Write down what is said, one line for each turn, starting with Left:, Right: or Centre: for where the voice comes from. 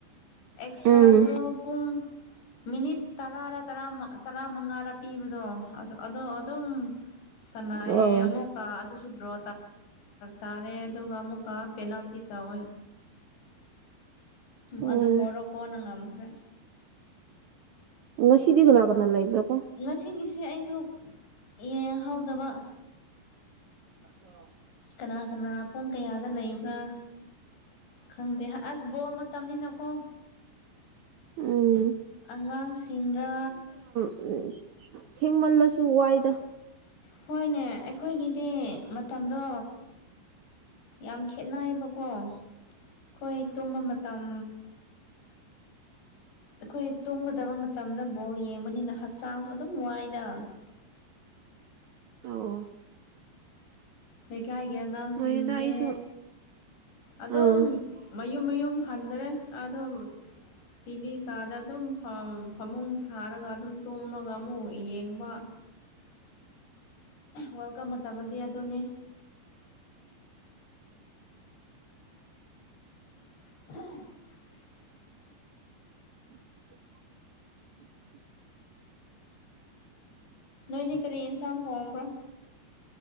Left: ꯑꯦꯛꯁꯇ꯭ꯔꯥꯗꯣ
Right: ꯎꯝ
Left: ꯄꯨꯡ ꯃꯤꯅꯤꯠ ꯇꯔꯥꯔ ꯇꯔꯥ ꯃꯉꯥꯔꯥ ꯄꯤꯕꯗꯣ ꯑꯗꯣ ꯑꯗꯣ ꯑꯗꯨꯝ ꯁꯥꯟꯅꯩꯑꯦ
Right: ꯑꯧ
Left: ꯑꯃꯨꯛꯀ ꯑꯗꯨꯁꯨ ꯗ꯭ꯔꯣ ꯇꯥꯔꯦ ꯑꯗꯨꯒ ꯑꯃꯨꯛꯀ ꯄꯦꯅꯥꯜꯇꯤ ꯇꯧꯋꯦ
Right: ꯎꯝ
Left: ꯑꯗꯨ ꯃꯣꯔꯣꯀꯣꯅ ꯉꯝꯈ꯭ꯔꯦ
Right: ꯉꯁꯤꯗꯤ ꯀꯅꯥ ꯀꯅꯥ ꯂꯩꯕ꯭ꯔꯥꯀꯣ
Left: ꯉꯁꯤꯒꯤꯁꯦ ꯑꯩꯁꯨ ꯌꯦꯡꯍꯧꯗꯕ
Right: ꯑꯣ <unintelligible>
Left: ꯀꯅꯥ ꯀꯅꯥ ꯄꯨꯡ ꯀꯌꯥꯗ ꯂꯩꯕ꯭ꯔꯥ ꯈꯪꯗꯦ ꯑꯁ ꯕꯣꯜ ꯃꯇꯝꯅꯤꯅꯀꯣ
Right: ꯎꯝ
Left: ꯑꯉꯥꯡꯁꯤꯡꯗ
Right: ꯎ ꯊꯦꯡꯃꯜꯂꯁꯨ ꯋꯥꯏꯗ
Left: ꯍꯣꯏꯅꯦ ꯑꯩꯈꯣꯏꯒꯤꯗꯤ ꯃꯇꯝꯗꯣ ꯌꯥꯝ ꯈꯦꯅꯩꯌꯦꯕꯀꯣ ꯑꯩꯈꯣꯏ ꯇꯨꯝꯕ ꯃꯇꯝ ꯑꯩꯈꯣꯏ ꯇꯨꯝꯒꯗꯕ ꯃꯇꯝꯗ ꯕꯣꯜ ꯌꯦꯡꯕꯅꯤꯅ ꯍꯛꯆꯥꯡꯁꯨ ꯑꯗꯨꯝ ꯋꯥꯏꯗ <inaudible> <inaudible>
Right: ꯑꯣ
Left: ꯂꯩꯀꯥꯏꯒꯤ ꯑꯉꯥꯡꯁꯤꯡꯅꯦ
Right: ꯍꯣꯏꯗ ꯑꯩꯁꯨ
Left: ꯑꯗꯨꯝ
Right: ꯑꯥ
Left: ꯃꯌꯨꯝ ꯃꯌꯨꯝ ꯑꯗꯨꯝ ꯍꯟꯗꯔꯦ ꯑꯗꯣ ꯇꯤꯚꯤ ꯀꯥꯗ ꯑꯗꯨꯝ ꯐꯃꯨꯡ ꯊꯥꯔꯒ ꯑꯗꯨꯝ ꯇꯨꯝꯃꯒ ꯑꯃꯨꯛ ꯌꯦꯡꯕ ꯋꯥꯔꯜꯗ ꯀꯞ ꯃꯇꯝꯗꯗꯤ ꯑꯗꯨꯣꯅꯦ ꯐ <unintelligible>
Right: <inaudible> <inaudible>
Left: ꯅꯣꯏꯗꯤ ꯀꯔꯤꯏꯟꯁꯥꯡ ꯊꯣꯡꯕ꯭ꯔꯥ